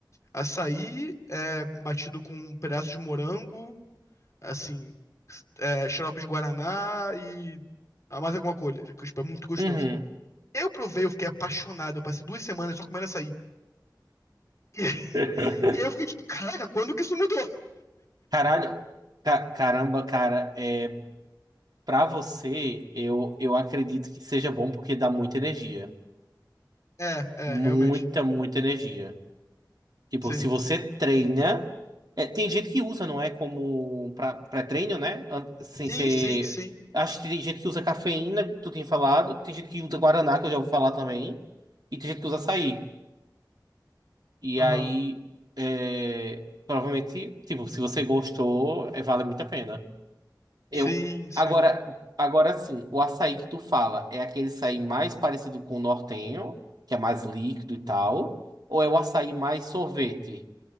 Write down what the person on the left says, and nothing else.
Açaí é batido com um pedaço de morango, assim, é, xarope de guaraná e ah, mais alguma coisa, que tipo, é muito gostoso.
Eu provei, eu fiquei apaixonado, eu passei duas semanas só comendo açaí. <laughs>
E, aí eu fiquei tipo, caraca, quando que isso mudou?
É, é,
realmente.
Sim.
Sim,
sim, sim.
Aham.
Sim, sim.